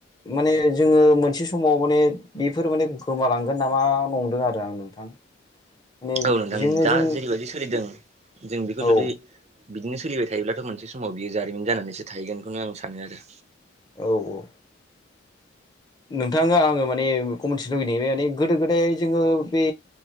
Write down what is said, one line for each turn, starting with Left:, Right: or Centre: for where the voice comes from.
Left: माने जोङो मोनसे समाव माने बेफोर माने गोमालांगोन नामा नंदों आरो आं नोंथां। <unintelligible>
Right: औ नोंथां
Left: जोङो
Right: दा
Left: जों
Right: जेरैबायदि सोलिदों जों बेखौ
Left: औ
Right: जुदि ' बिदिनो सोलिबाय थायोब्लाथ' मोनसे समाव बियो जारिमिन जानानैसो थाहैगोनखौनो आं सानो आरो।
Left: औ औ नोंथाङा आङो माने बेखौ मोनथिनो लुबैनाय माने गोदो गोदाय जोङो बे